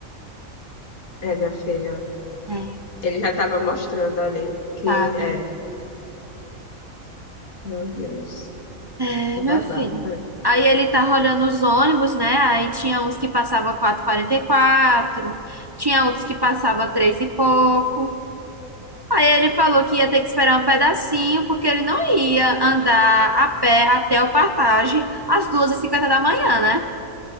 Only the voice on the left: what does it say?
é, minha filha,
ele já estava mostrando ali que
é, meu Deus,
que babaca.